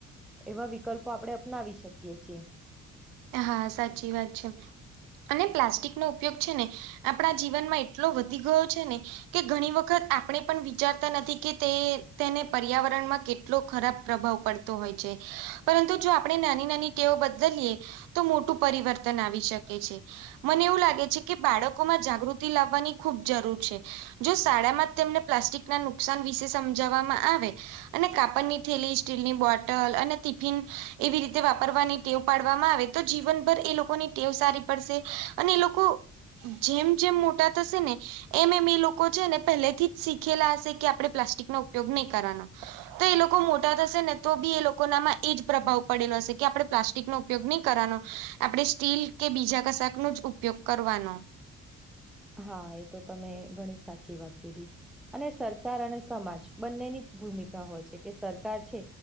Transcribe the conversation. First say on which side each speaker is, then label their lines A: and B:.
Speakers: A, in the centre; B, on the right.
A: એવા વિકલ્પો આપણે અપનાવી શકીએ છીએ.
B: હા સાચી વાત છે અને પ્લાસ્ટિક નો ઉપયોગ છે ને આપણા જીવનમાં એટલો વધી ગયો છે ને કે ઘણી વખત આપણે પણ વિચારતા નથી કે તે તેને પર્યાવરણમાં કેટલો ખરાબ પ્રભાવ પડ તો હોય છે પરંતુ જો આપણે નાની નાની ટેઓ બદલીએ તો મોટું પરિવર્તન આવી શકે છે. મને એવું લાગે છે કે બાળકોમાં જાગૃતિ લાવવાની ખુબ જરૂર છે. જો શાળા માં જ તેમને પ્લાસ્ટિક ના નુકસાન વિશે સમજાવવામાં આવે અને કાપડ ની થેલી સ્ટીલની બોટલ અને ટિફિન એવી રીતે વાપરવાની ટેવ પાડવામાં આવે તો જીવનભર એ લોકોની ટેવ સારી પડશે અને એ લોકો જેમ જેમ મોટા થશે ને એમ એમ એ લોકો છે ને પહેલેથી જ શીખેલા હશે કે આપણે પ્લાસ્ટિકો ઉપયોગ નહીં કરવાનો. તો એ લોકો મોટા થશે ને તો બી એ લોકો નામાં એજ પ્રભાવ પડેલો હશે કે આપડે પ્લાસ્ટિક નો ઉપયોગ નહી કરવાનો આપણેે સ્ટીલ કે બીજા કશાક નો જ ઉપયોગ કરવાનો.
A: હા એ તો તમે ઘણી સાચી વાત કીધી. અને સરકાર અને સમાજ બંનેની ભૂમિકા હોય છે કે સરકાર છે